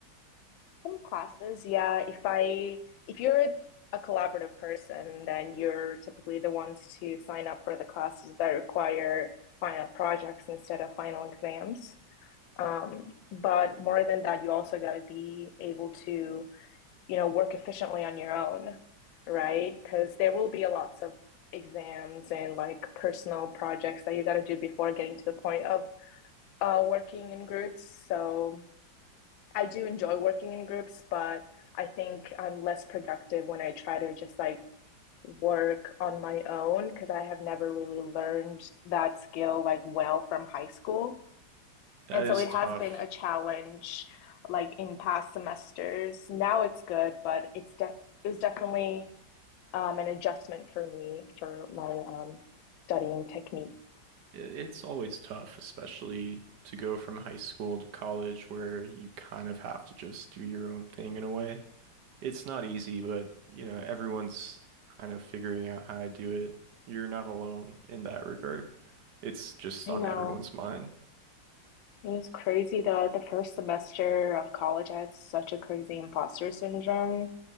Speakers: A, on the left (about 80°); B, on the right (about 65°).
A: Some classes, yeah. If I if you're a collaborative person, then you're typically the ones to sign up for the classes that require final projects instead of final exams. Um, but more than that, you also got to be able to, you know, work efficiently on your own, right? Because there will be lots of exams and like personal projects that you got to do before getting to the point of uh, working in groups. So I do enjoy working in groups, but I think I'm less productive when I try to just like work on my own because I have never really learned that skill like well from high school.
B: That
A: And
B: is
A: so it
B: tough.
A: has been a challenge like in past semesters. Now it's good, but it's de- it was definitely um, an adjustment for me for my um, studying technique.
B: I- It's always tough, especially to go from high school to college where you kind of have to just do your own thing in a way. It's not easy, but you know, everyone's kind of figuring out how to do it. You're not alone in that regard. It's just
A: I
B: on
A: know.
B: everyone's mind.
A: It was crazy though. The first semester of college, I had such a crazy imposter syndrome